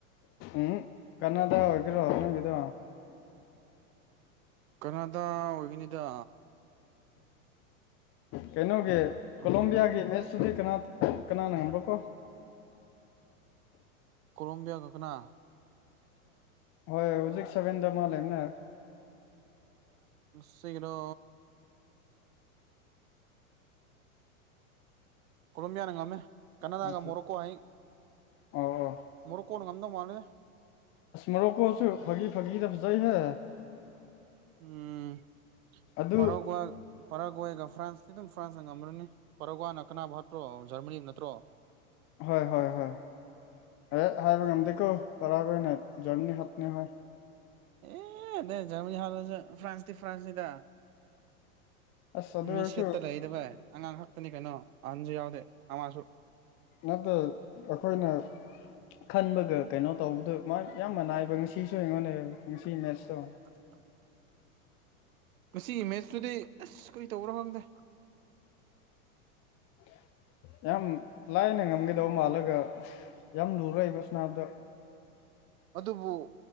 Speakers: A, on the left; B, on the right.
A: ꯎꯝ ꯀꯅꯥꯗ ꯑꯣꯏꯒꯦꯔꯣ ꯅꯪꯗꯣ
B: ꯀꯅꯥꯗ ꯑꯣꯏꯒꯅꯤꯗ
A: ꯀꯩꯅꯣꯒꯤ
B: ꯑꯃꯅ
A: ꯀꯣꯂꯣꯕꯤꯌꯥꯒꯤ ꯃꯦꯠꯁꯇꯨꯗꯤ ꯀꯅꯥ ꯀꯅꯥꯅ ꯉꯪꯕ꯭ꯔꯣ ꯀꯣ
B: ꯀꯣꯂꯣꯝꯕꯤꯌꯥ ꯀꯅ
A: ꯍꯣꯏ ꯍꯧꯖꯤꯛ ꯁꯚꯦꯟꯗ ꯑꯃ ꯂꯩꯕꯅꯦ
B: ꯉꯁꯤꯒꯤꯔꯣ ꯀꯣꯂꯝꯣꯕꯤꯌꯥꯅ ꯉꯝꯃꯦ ꯀꯅꯥꯗꯥꯒ
A: ꯑꯆꯥ
B: ꯃꯣꯔꯣꯀꯣ ꯍꯌꯦꯡ
A: ꯑꯣ ꯑꯣ
B: ꯃꯣꯔꯣꯛꯀꯣꯅ ꯉꯝꯗꯧ ꯃꯥꯜꯂꯦ
A: ꯃꯣꯔꯣꯀꯣꯁꯨ ꯐꯥꯒꯤ ꯐꯥꯒꯤꯗ ꯐꯖꯩꯍꯦ
B: ꯎꯝ
A: ꯑꯗꯨ
B: ꯄꯔꯥꯒꯋꯦ ꯄꯔꯥꯒꯋꯦꯒ ꯐ꯭ꯔꯥꯟꯁꯁꯤ ꯑꯗꯨꯝ ꯐ꯭ꯔꯥꯟꯁꯅ ꯉꯝ꯭ꯔꯅꯤ ꯄꯔꯥꯒꯋꯦꯅ ꯀꯅꯥ ꯍꯥꯠꯄꯔꯣ ꯖꯔꯃꯅꯤ ꯅꯠꯇ꯭ꯔꯣ
A: ꯍꯣꯏ ꯍꯣꯏ ꯍꯣꯏ ꯑꯦ ꯍꯥꯏꯕ ꯉꯝꯗꯦꯀꯣ ꯫
B: ꯑꯦ ꯅꯦ ꯖꯔꯃꯅꯤ ꯍꯥꯄꯁꯨ ꯐ꯭ꯔꯥꯟꯁꯗꯤ ꯐ꯭ꯔꯥꯟꯁꯅꯤꯗꯥ
A: ꯑꯁ ꯑꯗꯨ ꯑꯣꯏꯔꯁꯨ
B: ꯃꯤ ꯁꯦꯠꯇ ꯂꯩꯗꯥ ꯕꯥꯏ ꯑꯉꯥꯡ ꯈꯛꯇꯅꯤ ꯀꯩꯅꯣ ꯑꯍꯟꯁꯨ ꯌꯥꯎꯗꯦ ꯑꯃꯁꯨ꯫
A: ꯅꯠꯇꯦ ꯑꯩꯈꯣꯏꯅ ꯈꯟꯕꯒꯥ ꯀꯩꯅꯣ ꯇꯧꯕꯗꫭ ꯃꯥ ꯌꯥꯝ ꯃꯅꯥꯏꯕ ꯉꯁꯤꯁꯨ ꯑꯩꯡꯉꯣꯟꯗ ꯅꯦꯕꯥ ꯉꯁꯤ ꯃꯦꯠꯁꯇꯣ꯫
B: <unintelligible> <inaudible> ꯃꯁꯤꯒꯤ ꯏꯃꯦꯖꯇꯨꯗꯤ ꯑꯥꯁ ꯀꯔꯤ ꯇꯧꯕ꯭ꯔꯥ ꯈꯪꯗꯦ꯫
A: <inaudible> ꯌꯥꯝ ꯂꯥꯏꯅ ꯉꯝꯒꯥꯗꯧꯕꯥ ꯃꯥꯜꯔꯒꯥ꯫ ꯌꯥꯝ ꯂꯨꯔ° ꯕꯥ ꯁꯥꯅꯕꯗꫭ
B: ꯑꯗꯨꯕꯨ